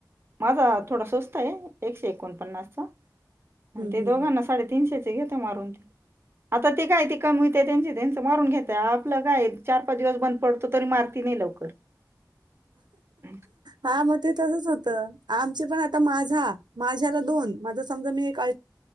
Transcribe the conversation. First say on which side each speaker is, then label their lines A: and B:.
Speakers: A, on the right; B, on the right.
A: माझा थोडा स्वस्त आहे. एकशे एकोणपन्नासचा- आणि ते
B: हम्म
A: दोघांना साडेतीनशेचा घेत मारून. आता ते काय ते कामवीत त्यांच, त्यांच मारून घेताय, आपलं काय चार -पाच दिवस बंद पडतो तरी मार तिने लवकर. <unintelligible>
B: हा मग ते तसच होतं. आमचे पण आता माझा माझ्याला दोन, माझ समजा मी एक अ